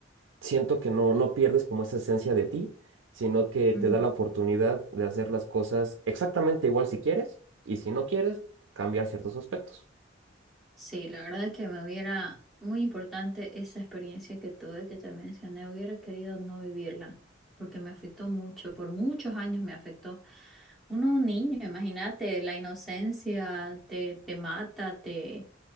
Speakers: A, on the right; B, in the centre.
A: siento que no, no pierdes como esa esencia de ti, sino que
B: ujú.
A: te da la oportunidad de hacer las cosas exactamente igual si quieres y si no quieres, cambiar ciertos aspectos.
B: Sí, la verdad es que me hubiera, muy importante esa experiencia que tuve, que te mencioné, hubiera querido no vivirla, porque me afectó mucho, por muchos años me afectó. Uno, un niño, imagínate, la inocencia te, te mata, te